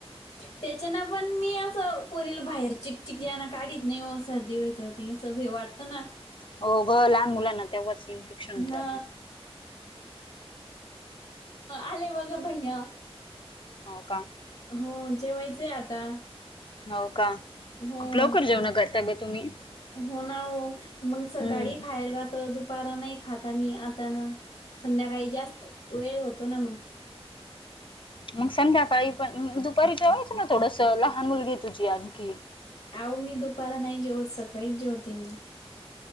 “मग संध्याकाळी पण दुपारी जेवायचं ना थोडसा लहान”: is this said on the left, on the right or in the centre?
Left